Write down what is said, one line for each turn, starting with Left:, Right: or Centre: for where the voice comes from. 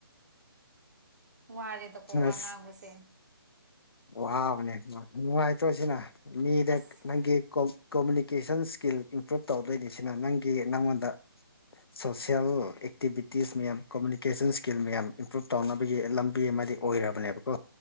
Right: ꯋꯥꯔꯦꯗꯀꯣ ꯋꯥ
Left: ꯑꯁ
Right: ꯉꯥꯡꯕꯁꯦ
Left: ꯋꯥꯕꯅꯦ ꯅꯨꯡꯉꯥꯏꯇ꯭ꯔꯣ ꯁꯤꯅ ꯃꯤꯗ
Right: ꯑꯁ
Left: ꯅꯪꯒꯤ ꯀꯣ ꯀꯣꯃꯨꯅꯤꯀꯦꯁꯟ ꯏꯁꯀꯤꯜ ꯏꯝꯄ꯭ꯔꯨꯞ ꯇꯧꯗꯣꯏꯔꯤ ꯁꯤꯅ ꯅꯪꯒꯤ ꯅꯪꯉꯣꯟꯗ ꯁꯣꯁꯤꯌꯦꯜ ꯑꯦꯛꯇꯤꯚ ꯏꯁꯇꯤꯁ ꯃꯌꯥꯝ ꯀꯣꯃꯨꯅꯤꯀꯦꯁꯟ ꯏꯁꯀꯤꯜ ꯃꯌꯥꯝ ꯏꯝꯄ꯭ꯔꯨꯨꯞ ꯇꯧꯅꯕꯒꯤ ꯂꯝꯕꯤ ꯑꯃꯗꯤ ꯑꯣꯏꯔꯕꯅꯦꯕꯀꯣ